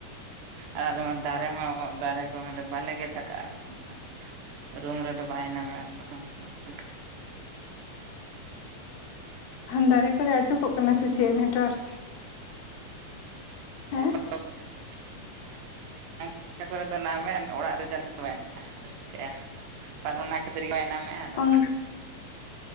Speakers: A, on the right (about 75°); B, on the left (about 70°).
A: ᱟᱨ ᱟᱞᱮ ᱢᱟ ᱫᱟᱨᱮ ᱦᱚᱸ ᱫᱟᱨᱮ ᱠᱚᱦᱚᱸ ᱵᱟᱞᱮ ᱜᱮᱫ ᱠᱟᱜ-ᱟ ᱚᱱᱠᱷᱟ᱾ ᱨᱩᱢ ᱨᱮᱫᱚ ᱵᱟᱭ ᱧᱟᱢᱮᱫ ᱟᱛᱚ ᱚᱱᱟᱛᱮ᱾
B: ᱫᱟᱨᱮ ᱠᱚᱨᱮ ᱟᱴᱚᱠᱚᱜ ᱠᱟᱱᱟ ᱥᱮ ᱪᱮᱫ ᱱᱮᱴᱣᱟᱨᱠ ᱦᱮᱸ᱾
A: <unintelligible> ᱠᱚᱨᱮ ᱫᱚ ᱱᱟᱢᱮ ᱚᱲᱟᱜᱨᱮ ᱪᱟ ᱠᱟᱛᱮ ᱵᱟᱭ ᱧᱟᱢᱮᱫ ᱪᱤᱠᱟᱭᱟ᱾ ᱛᱟᱦᱚᱞᱮ ᱚᱱᱟ ᱠᱷᱟᱹᱛᱤᱨ ᱜᱮ ᱵᱟᱭ ᱱᱟᱢᱮᱫ-ᱟ
B: ᱦᱮᱸ
A: ᱟᱫᱚ᱾